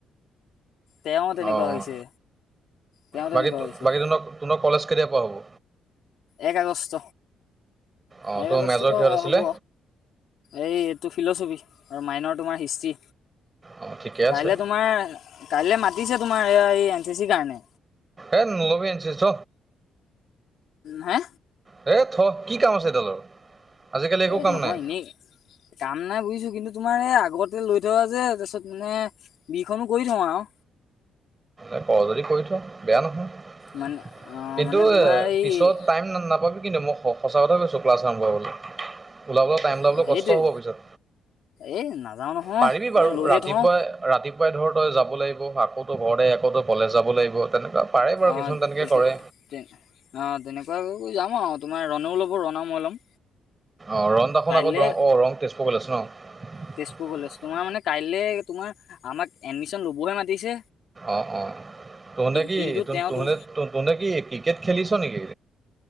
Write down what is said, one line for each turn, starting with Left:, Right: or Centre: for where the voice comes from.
Left: তেওঁ তেনেকুৱা
Right: অঁ
Left: হৈছে তেওঁ
Right: বাকী
Left: তেনেকুৱা হৈছে।
Right: বাকী তোন কলেজ কেতিয়াৰ পৰা হ'ব?
Left: এক আগষ্ট।
Right: অঁ
Left: এক
Right: তোৰ
Left: আগষ্টৰ
Right: মেজৰ
Left: পৰা
Right: কিহত আছিলে
Left: হ'ব এই এইটো ফিল'চফি আৰু মাইনৰ তোমাৰ হিষ্টি
Right: অঁ ঠিকে আছে
Left: কাই তোমাৰ কাইলে মাতিছে তোমাৰ এযই এন চি চি কাৰণে।
Right: এ নলবি এন চি চি থ।
Left: হে
Right: হে থ কি কাম আছে এইডালৰ? আজিকালি একো
Left: এ
Right: কাম
Left: নহয়
Right: নাই
Left: এনেই কাম নাই বুজিছোঁ কিন্তু তোমাৰ এই আগতে লৈ থোৱা যে তাৰপিছত মানে বিখনো কৰি থওঁ আৰু।
Right: এ ক যদি কৰি থো বেয়া নহয়।
Left: মানে অ
Right: কিন্তু
Left: মানে তোমাৰ এই
Right: পিছত টাইম নাপাবি কিন্তু মোক সখ সঁচা কথা কৈছোঁ ক্লাছ আৰম্ভ হলৈ ওলাবলৈ টাইম ওাবলৈ
Left: অ সেইটোৱে
Right: কষ্ট হ'ব পিছত।
Left: এই নাযাও নহয়
Right: পাৰিবি
Left: ত
Right: বাৰু
Left: লৈহে
Right: ৰাতিপুৱাই
Left: থওঁ।
Right: ৰাতিপুৱাই ধৰ তই যাব লাগিব আকৌতো ঘৰতে আকৌতো কলেজ যাব লাগিব তেনেকুৱা। পাৰে বাৰু
Left: অ
Right: কিছুমান তেনেকৈ
Left: এ
Right: কৰে
Left: তে অ তেনেকুৱো যাম আৰু। তোমাৰ ৰণও ল'ব ৰণাও মই ল'ম।
Right: অ ৰং দেখোন
Left: কাইলৈ
Right: আকৌ ৰং অ ৰং তেজপুৰ কৰি আছে ন।
Left: তেজপুৰ কলেজ তোমাৰ মানে কাইলৈ তোমাৰ আমাক এডমিশন ল'বহে মাতিছে।
Right: অ অ তহতে কি
Left: কিন্তু
Right: ত
Left: তেওঁ তুম
Right: তে কি ক্ৰিকেট খেলিছ- নেকি?